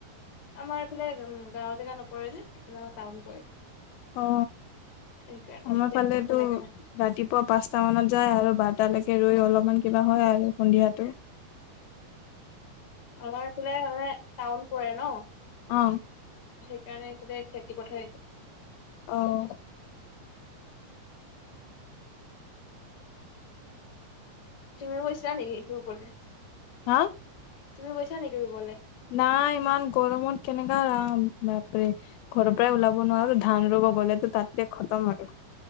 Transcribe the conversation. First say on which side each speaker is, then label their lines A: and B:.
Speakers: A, on the left; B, on the left.
A: আমাৰ এইফালে গাঁওৰ জেগা নপৰে যে সফালে আমাৰ টাউন পৰে
B: অ
A: সেইকাৰণে
B: আমাৰ
A: সেইটোৱে
B: ফালেতো
A: কোন তেনেকে নাই
B: ৰাতিপুৱা পাঁচটা মানত যায় আৰু বাৰটালৈকে ৰৈ অলপমান কিবা হয় আৰু সন্ধিয়াটো
A: আমাৰ ফালে তাৰ মানে টাউন পৰে ন
B: অ
A: সেই কাৰণে গোতেই খেতি পথাৰেই
B: অহ
A: তুমিও গৈছা নিকি ৰুবলে
B: হা
A: তুমি গৈছা নেকি ৰুবলে?
B: নাই ইমান গৰমত কেনেকে ৰাম বাপৰে ঘৰৰ পৰাই ওলাব নোৱাৰো ধান ৰোব গলেতো তাতে খতম আৰু